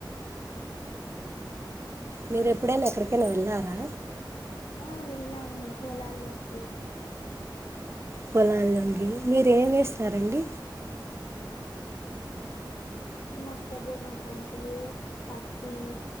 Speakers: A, on the right; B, on the left.
A: మీరు ఎప్పుడైనా ఎక్కడికైనా వెళ్ళారా
B: ఆ వెళ్ళాము పొలాల్లోకి
A: పొలంలో కి మీరు ఏమి వేస్తారండి
B: మొక్కజొన్న కంకులు పత్తి